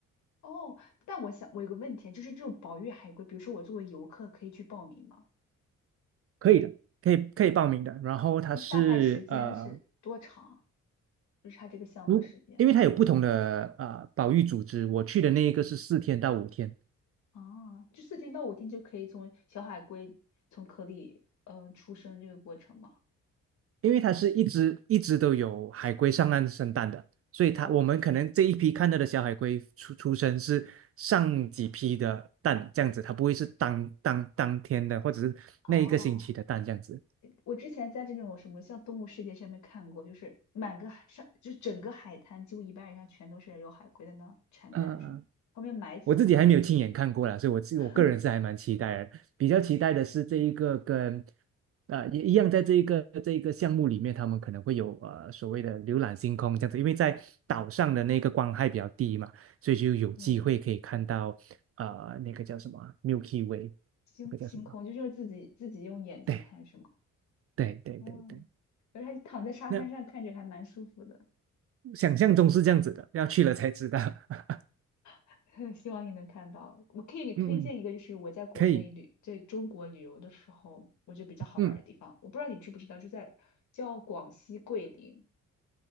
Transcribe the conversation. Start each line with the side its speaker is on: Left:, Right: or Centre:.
Left: 哦，但我想我有个问题，就是这种保育海龟，比如说我作为游客可以去报名吗？
Right: 可以的，可以可以报名的。然后它是呃，
Left: 嗯大概时间是多长？就是它这个项目的时间
Right: 如因为它有不同的呃保育组织，我去的那一个是四天到五天。
Left: 啊，就四天到五天就可以从小海龟从壳里呃出生这个过程吗？
Right: 因为它是一直一直都有海龟上岸生蛋的，所以它我们可能这一批看到的小海龟出出生是上几批的蛋这样子，
Left: 哇
Right: 它不会是当当当天的或者是那一个星期的蛋这样子。
Left: 啊！我之前在这种什么像《动物世界》上面看过，就是满个海上，就是整个海滩几乎一半以上全都是有海龟在那产蛋什么，
Right: 嗯嗯
Left: 他们要埋起来。
Right: 我自己还没有亲眼看过啦，所以我自我个人是还蛮期待的。
Left: <laughs>
Right: 比较期待的是这一个跟，呃，也一样，在这一个这一个项目里面，他们可能会有呃所谓的浏览星空这样子，因为在岛上的那个光害比较低嘛，所以就有机会可以看到呃那个叫什么啊
Left: 对，
Right: Milky Way，
Left: 星星空就是自己自己用眼睛看是吗？
Right: 那个叫什么？对对对对对，
Left: 哦，而且躺在沙滩上看着还蛮舒服的，
Right: 那想象中是这样子的，要去了才知道。<laughs>
Left: <laughs> 希望你能看到。我可以给你推荐一个，
Right: 嗯嗯，
Left: 就是我在国内旅，
Right: 可以，
Left: 在中国旅游的时候，我觉得比较好玩儿的地方。
Right: 嗯，
Left: 我不知道你知不知道，就在叫广西桂林，